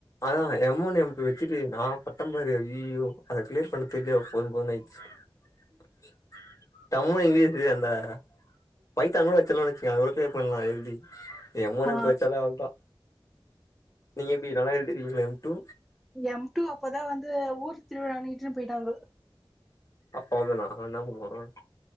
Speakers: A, on the left; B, in the centre.
A: அதான்க எமோன்னுயம் டு வச்சுட்டு நா பட்டம் பாரு அய்யோ அத கிளியர் பண்ண தெரியல போதும் போதுனு ஆயிடுச்சு <unintelligible> தம்மு இங்கிலீஷ்ல அந்த பை தமிழ வச்சலாம்னு வச்சக்கோங்க அவங்களுக்கே பண்ணலா ஹெல்தி எம் ஓன்
B: ஆ
A: எம் டூ வச்சாலே அவ்ளதா நீங்க எப்டி நல்லா எழுதிக்கீங்ளா எம் டூ
B: எம் டு அப்பதா வந்து ஊர் திருவிழான்னு இட்டுன்னு போயிட்டாங்க
A: அப்பா தானா நம்ளாதான போனோ